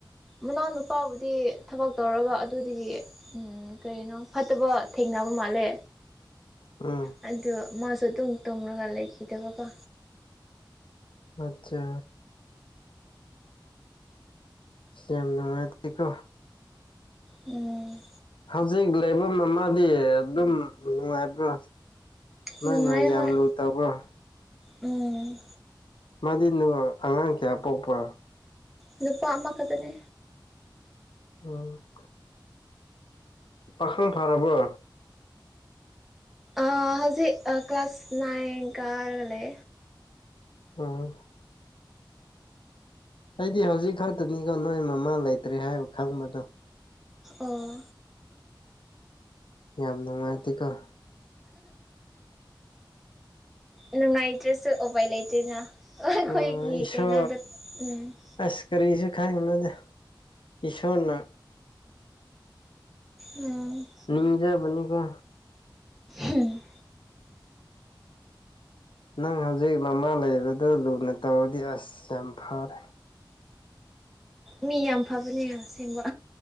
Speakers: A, in the centre; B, on the left (about 80°).
A: ꯃꯅꯥꯎꯅꯨꯄꯥꯕꯨꯗꯤ ꯊꯕꯛ ꯇꯧꯔꯒ ꯑꯗꯨꯗꯒꯤ ꯀꯩꯅꯣ ꯐꯠꯇꯕ ꯊꯦꯡꯅꯕ ꯃꯥꯜꯂꯦ
B: ꯎꯝ
A: ꯑꯗꯨ ꯃꯥꯁꯨ ꯑꯗꯨꯝ ꯇꯨꯝꯉꯒ ꯂꯩꯈꯤꯗꯕꯀ
B: ꯑꯆꯥ ꯁꯤ ꯌꯥꯝ ꯅꯨꯡꯉꯥꯏꯇꯦꯀꯣ
A: ꯎꯝ
B: ꯍꯧꯖꯤꯛ ꯂꯩꯐꯝ ꯑꯃꯗꯤ ꯑꯗꯨꯝ ꯅꯨꯡꯉꯥꯏꯕ꯭ꯔꯥ ꯅꯣꯏ
A: ꯅꯨꯡꯉꯥꯏ
B: ꯅꯣꯏ ꯌꯥꯝ
A: ꯍꯣꯏ
B: ꯂꯨ ꯇꯧꯕ꯭ꯔꯣ
A: ꯎꯝ
B: ꯃꯥꯗꯤ ꯑꯉꯥꯡ ꯀꯌꯥ ꯄꯣꯛꯄ
A: ꯅꯨꯄꯥ ꯑꯃ ꯑꯃ ꯈꯇꯅꯦ
B: ꯎꯝ ꯄꯥꯈꯪ ꯐꯥꯔꯕ꯭ꯔꯣ
A: ꯍꯧꯖꯤꯛ ꯀ꯭ꯂꯥꯁ ꯅꯥꯏꯟ ꯀꯥꯔꯒꯂꯦ
B: ꯑꯝ ꯑꯩꯗꯤ ꯍꯧꯖꯤꯛ ꯈꯛꯇꯅꯤꯀꯣ ꯅꯣꯏ ꯃꯃꯥ ꯂꯩꯇ꯭ꯔꯦ ꯍꯥꯏꯕ ꯈꯪꯕꯗꯣ
A: ꯑꯣ
B: ꯌꯥꯝ ꯅꯨꯡꯉꯥꯏꯇꯦꯀꯣꯣ
A: ꯅꯨꯡꯉꯥꯏꯇ꯭ꯔꯁꯨ ꯎꯄꯥꯏ ꯂꯩꯇꯦꯅ ꯑꯩꯈꯣꯏꯒꯤ
B: ꯑꯣ ꯏꯁ
A: ꯀꯩꯅꯣꯗ ꯎꯝ
B: ꯑꯁ ꯀꯔꯤꯁꯨ ꯈꯥꯏꯒꯅꯣꯗ ꯏꯁꯣꯔꯅ
A: ꯎꯝ
B: ꯅꯤꯡꯖ ꯄꯅꯤꯀꯣ
A: ꯎꯝ
B: ꯅꯪ ꯍꯧꯖꯤꯛ ꯃꯃꯥ ꯂꯩꯕꯗꯨ ꯂꯨꯅ ꯇꯧꯔꯗꯤ ꯑꯁ ꯌꯥꯝ ꯐꯥꯔꯦ
A: ꯃꯤ ꯌꯥꯝ ꯐꯕꯅꯦ ꯑꯁꯦꯡꯕ